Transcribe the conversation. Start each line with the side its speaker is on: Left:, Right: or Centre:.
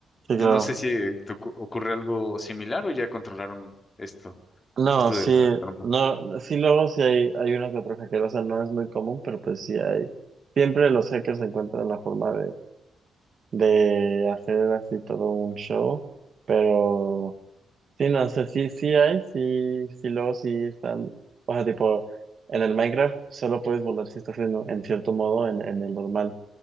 Right: sí, claro.
Left: No sé si eh, te ocu- ocurre algo similar o ya controlaron esto,
Right: No,
Left: esto
Right: sí,
Left: de la trampa.
Right: no, sí luego sí hay, hay uno que otro hacker, o sea, no es muy común, pero pues sí hay. Siempre los hackers encuentran la forma de hacer así todo un show, pero sí, no sé, sí, sí hay, sí, sí, luego sí están, o sea, tipo, en el Minecraft solo puedes volar si estás en, en cierto modo en, en el normal,